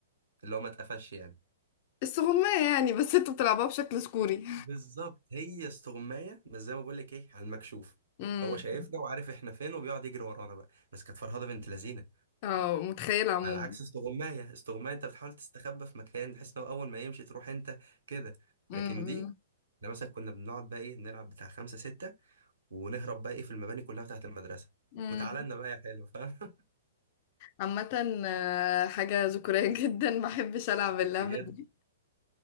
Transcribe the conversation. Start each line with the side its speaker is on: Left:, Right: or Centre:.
Right: اللي هو ما اتقفش يعني
Left: السغمية يعني بس انتوا بتلعبوها بشكل سكوري
Right: بالظبط هي استغمايه بس زي ما بقول لك ايه على المكشوف
Left: <laughs>
Right: هو شايفنا
Left: امم
Right: وعارف احنا فين وبيقعد يجري ورانا بقى بس كانت فرهده بنت لذينه
Left: اه متخيلة عموما
Right: على عكس استغمايه استغمايه انت بتحاول تستخبى في مكان بحيث انه اول ما يمشي تروح انت كده
Left: امم
Right: لكن دي احنا مثلا كنا بنقعد بقى ايه نلعب بتاع خمسه سته ونهرب بقى ايه في المباني كلها بتاعت المدرسه
Left: امم
Right: وتعالى لنا بقى يا حلو فاهم
Left: عامة آه، حاجة ذكورية <laughs> جدا ما بحبش ألعب اللعبة
Right: <laughs> بجد
Left: دي